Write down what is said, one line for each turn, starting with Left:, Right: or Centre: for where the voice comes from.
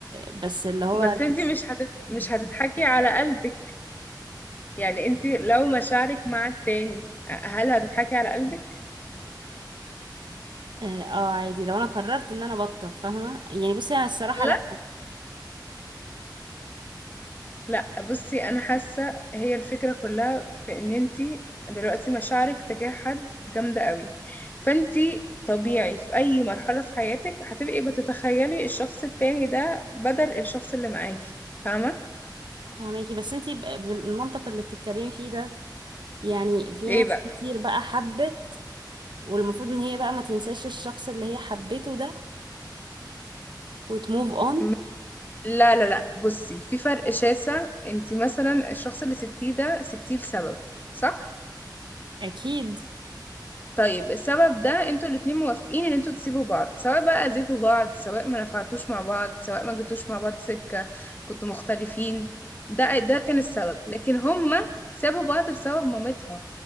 Right: بس اللي هو
Left: بس
Right: اه
Left: انتي مش هتت... مش هتضحكي على قلبك يعني انت لو مشاعرك مع التاني هل هتضحكي على قلبك؟
Right: اه آه، عادي لو انا قررت ان انا بطل فاهمة يعني بصي انا الصراحة
Left: لا
Right: لا
Left: لا بصي انا حاسة هي الفكرة كلها في ان انت دلوقتي مشاعرك تجاه حد جامدة قوي فانت طبيعي في اي مرحلة في حياتك هتبقي بتتخيلي الشخص التاني ده بدل الشخص اللي معاكي فاهمة؟
Right: فاهماكي بس انتي ب- بالمنطق اللي بتتكلمي فيه ده يعني في
Left: ايه
Right: ناس
Left: بقى؟
Right: كتير بقى حبت والمفروض ان هي بقى ما تنساش الشخص اللي هي حبته ده وتموف اون
Left: م- لا لا لا بصي في فرق شاسع انت مثلا الشخص اللي سبتيه ده سبتيه لسبب صح؟
Right: اكيد
Left: طيب السبب ده انتوا الاتنين موافقين ان انتوا تسيبوا بعض سواء بقى اذيتوا بعض سواء ما نفعتوش مع بعض سواء ما جيتوش مع بعض سكة كنتوا مختلفين ده ده كان السبب لكن هما سابوا بعض بسبب مامتها